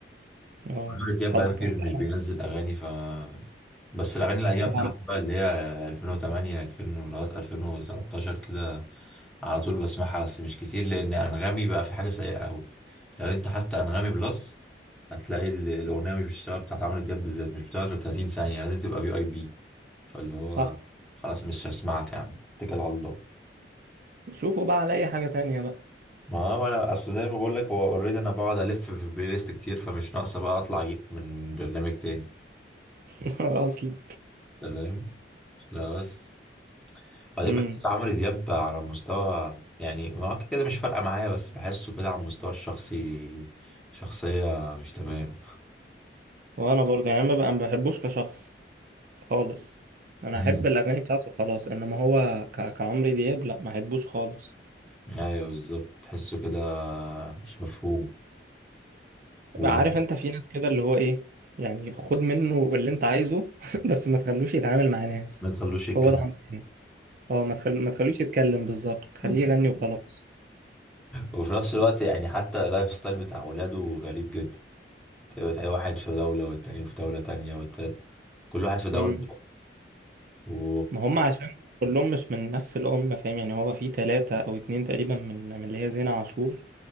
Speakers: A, on the right; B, in the centre.
A: اه
B: عمرو دياب
A: طب
B: بقى كتير
A: هسألك
B: مش بينزل اغاني ف بس الاغاني الايام
A: طبعا
B: بتاعته بقى اللي هي 2008 2000 لغايه 2013 كده على طول بسمعها بس مش كتير لان انغامي بقى في حاجه سيئه قوي لو انت حتى انغامي بلس هتلاقي ال- الاغنيه مش بتشتغل بتاعت عمرو دياب بالذات مش بتشتغل غير 30 ثانيه لازم تبقى في اي بي فاللي هو
A: صح
B: خلاص مش هسمعك يا عم اتكل على الله
A: شوفوا بقى على اي حاجه تانية بقى
B: ما هو انا اصل زي ما بقول لك هو اوريدي انا بقعد الف في بلاي ليست كتير فمش ناقصه بقى اطلع اجيب من برنامج تاني
A: <laughs> اصلا
B: تمام بس بعدين
A: امم
B: مم. بحس عمرو دياب على مستوى يعني هو كده كده مش فارقة معايا بس بحسه كده على المستوى الشخصي شخصية مش تمام
A: وانا برضه يعني ما بقى- ما بحبوش كشخص خالص انا
B: امم
A: احب الاغاني بتاعته خلاص انما هو ك... كعمرو دياب لا ما احبوش خالص
B: ايوه بالظبط تحسه كده مش مفهوم وولاده
A: ما عارف انت في ناس كده اللي هو ايه يعني خد منه اللي انت عايزه <laughs> بس ما تخلوش يتعامل مع ناس
B: ما تخلوش يتكلم
A: هو ده عمرو اه ما تخل... ما تخلوش يتكلم بالظبط خليه
B: <laughs>
A: يغني وخلاص
B: وفي نفس الوقت يعني حتى اللايف ستايل بتاع ولاده غريب جدا تلاقي تلاقي واحد في دولة والتاني في دولة تانية والتالت كل واحد في دولة
A: امم
B: و...
A: ما هم عشان كلهم مش من نفس الأم فاهم يعني هو في ثلاثة أو اتنين تقريبا من من اللي هي زينة عاشور